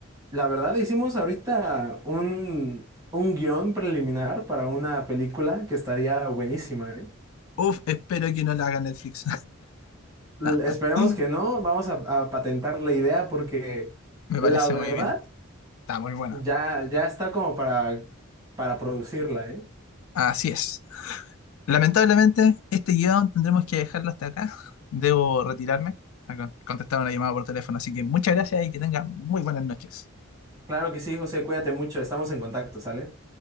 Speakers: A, on the right; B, on the left.
A: La verdad, hicimos ahorita un, un guión preliminar para una película que estaría buenísima, ¿eh?
B: Uf, espero que no la haga Netflix.
A: L-
B: <laughs>
A: Esperemos que no, vamos a, a patentar la idea porque
B: Me
A: la
B: parece
A: verdad
B: muy bien. Está muy buena.
A: ya, ya está como para, para producirla, ¿eh?
B: Así es. Lamentablemente, este guión tendremos que dejarlo hasta acá. <laughs> Debo retirarme a con- contestar una llamada por teléfono, así que muchas gracias y que tengan muy buenas noches.
A: Claro que sí, José, cuídate mucho, estamos en contacto, ¿sale?